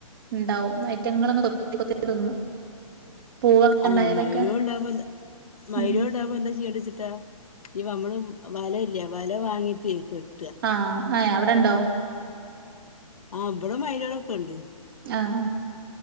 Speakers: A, on the right; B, on the left.
A: ഇണ്ടാവും ഐറ്റങ്ങളങ്ങ് കൊത്തി കൊത്തി തിന്നും പൂവൊക്കെ
B: ആഹ്
A: ഉണ്ടായാലൊക്കെ
B: മൈലോൾണ്ടാവ്മ്പൊ എന്ത മൈലോൾണ്ടാവ്മ്പോ
A: ഉം
B: എന്താ ചെയ്യണ്ടിച്ച ട്ട അമ്മള് വല ഇല്യെ വല വാങ്ങിട്ടേ കെ
A: ആഹ് ആ അവ്ടെണ്ടോ
B: ആ ഇവ്ടെ മൈലെളൊക്കെണ്ട്
A: ആഹ് ആ